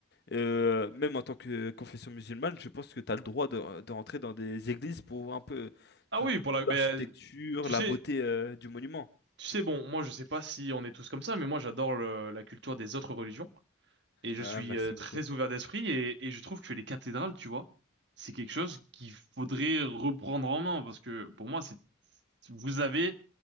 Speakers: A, on the left; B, on the right.
A: euh, même en tant que confession musulmane, je pense que tu as le droit de, de rentrer dans des églises pour voir un peu
B: Ah
A: tout,
B: oui, pour la,
A: tout
B: mais
A: l'architecture,
B: euh, tu
A: la
B: sais,
A: beauté euh, du monument.
B: tu sais, bon, moi, je sais pas si on est tous comme ça, mais moi, j'adore le- la culture des autres religions. Et je
A: Ah,
B: suis
A: merci
B: euh, très
A: beaucoup.
B: ouvert d'esprit et, et je trouve que les cathédrales, tu vois, c'est quelque chose qu'il faudrait reprendre en main parce que pour moi, c'est vous avez